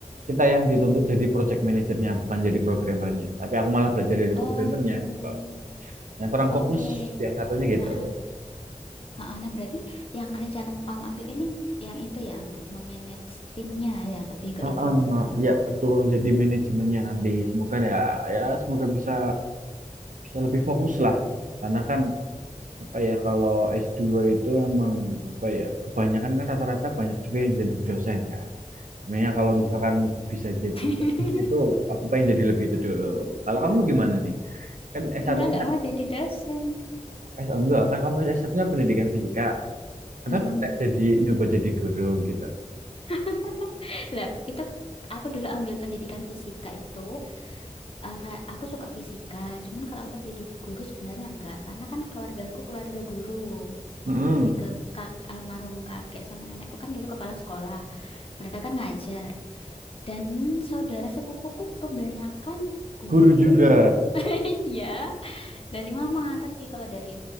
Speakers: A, on the right (about 75°); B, on the left (about 45°).
A: kita yang dituntut
B: mm-mm.
A: jadi project manajernya bukan jadi programmernya tapi aku malah belajar jadi
B: Oh,
A: programmernya gitu yang kurang
B: oke.
A: fokus ya satunya gitu
B: Ah, ah, ah, ah. Nah, berarti yang rencana mau kamu ambil ini yang itu ya untuk memanage timnya ya lebih ke
A: Eh,
B: itu.
A: ya betul jadi manajemennya nanti semoga ya ya semoga bisa bisa lebih fokus lah karena kan apa ya kalau s dua itu emang apa ya kebanyakan kan rata-rata banyak juga yang jadi dosen kan sebenarnya kalau
B: Mm-mm.
A: misalkan bisa jadi
B: <laughs>
A: lebih itu aku pengen jadi lebih itu dulu kalau kamu gimana nih kan S1
B: Enggak, enggak mau jadi dosen.
A: S enggak kan kamu S-nya pendidikan fisika. Kenapa
B: Mm-mm.
A: enggak jadi nyoba jadi guru gitu?
B: <laughs> Lah, itu aku dulu ambil pendidikan fisika itu, eh, kayak aku suka fisika. Cuman kalau untuk jadi guru sebenarnya enggak, karena kan keluargaku keluarga guru.
A: Mm-mm.
B: Lebih ke kak almarhum kakek sama nenekku kan dulu kepala sekolah. Mereka kan ngajar. Dan saudara sepupuku kebanyakan guru.
A: Guru juga.
B: <laughs> Iya. Dari mama, tapi kalau dari